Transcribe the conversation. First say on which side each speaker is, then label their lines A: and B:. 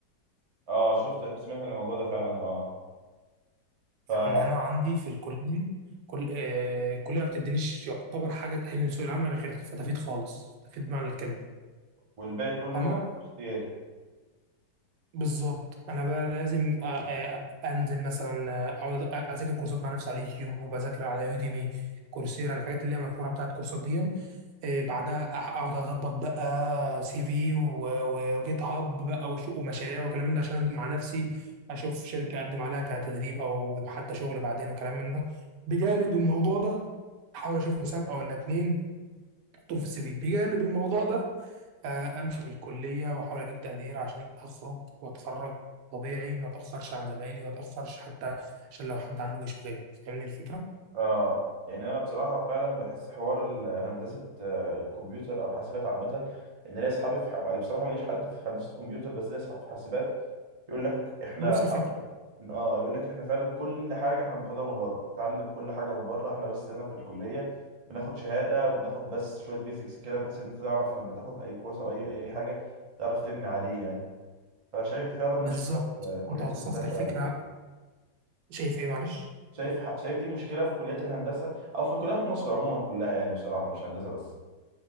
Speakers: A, on the right; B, on the right.
A: اه شفت سمعت عن الموضوع ده فعلا اه ف
B: يعني انا عندي في الكليه كل آه الكليه ما بتدينيش يعتبر حاجه تاهلني لسوق العمل غير فتافيت خالص فتافيت بمعنى الكلمه
A: والباقي كله
B: انا
A: اختياري
B: بالظبط انا بقى لازم أ- أ- انزل مثلا آه، اقعد أ- اذاكر كورسات مع نفسي على اليوتيوب اذاكر على يوديمي كورسيرا الحاجات اللي هي مشهوره بتاعت كورسات دي إيه، بعدها أح- اقعد اظبط بقى سي في و- وجيت هاب بقى وش- ومشاريع وكلام من ده عشان مع نفسي اشوف شركه اقدم عليها كتدريب او حتى شغل بعدين وكلام من ده بجانب الموضوع ده احاول اشوف مسابقه ولا اتنين احطهم في السي في بجانب الموضوع ده آه، امشي بالكليه واحاول اجيب تقدير عشان اخرج واتخرج طبيعي ما اتاخرش عن زمايلي ما اتاخرش حتى عشان لو حد عنده جيش غيري فاهمني الفكره
A: اه يعني انا بصراحة فعلا بحس حوار ال- هندسة آه، كمبيوتر او حاسبات عامة ان ليا اصحابي في ح... يعني بصراحة ماليش حد في هندسة كمبيوتر بس ليا اصحاب في حاسبات يقول لك احنا
B: ما نفس الفكره
A: اه يقول لك احنا فعلا كل حاجه احنا بناخدها من بره بنتعلم كل حاجه من بره احنا بس هنا في الكليه بناخد شهاده وبناخد بس شويه بيزكس كده بحيث ان انت تعرف لما تاخد اي كورس او اي اي حاجه تعرف تبني عليه يعني فشايف دي فعلا مشكله
B: بالظبط
A: في كليه
B: انت وصفت
A: الهندسه
B: الفكره
A: او
B: شايف ايه معلش
A: شايف ح- شايف دي مشكله في كليات الهندسه او في كليات مصر عموما كلها يعني بصراحه مش هندسه بس